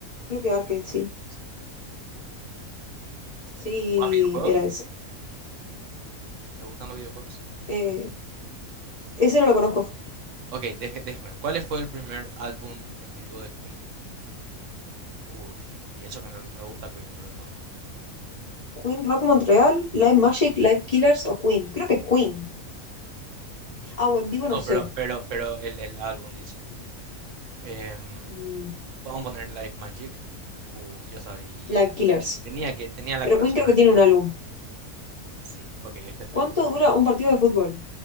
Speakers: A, on the left; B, on the right.
A: Creo que arcade, sí.
B: sí. Sí, sí,
A: Sí,
B: sí. ¿Jugás videojuegos?
A: era ese.
B: ¿Te gustan los videojuegos?
A: Eh, ese no lo conozco.
B: Ok, déje- déjemelo. ¿Cuál fue el primer álbum en vivo de Queen? Uy, y eso que me, me gusta Queen, pero no.
A: Queen, Rock Montreal, Live Magic, Live Killers o Queen. Creo que es Queen. Ah, o en vivo no
B: No,
A: sé.
B: pero, pero, pero el, el álbum dice. Em,
A: Mm,
B: vamos a poner Life Magic. Uf, yo sabía.
A: Live Killers.
B: Sí, Tenía que, tenía la
A: Pero
B: corazonada
A: Queen creo que tiene
B: que era.
A: un álbum.
B: Sí, ok, este es tuyo.
A: ¿Cuánto dura un partido de fútbol?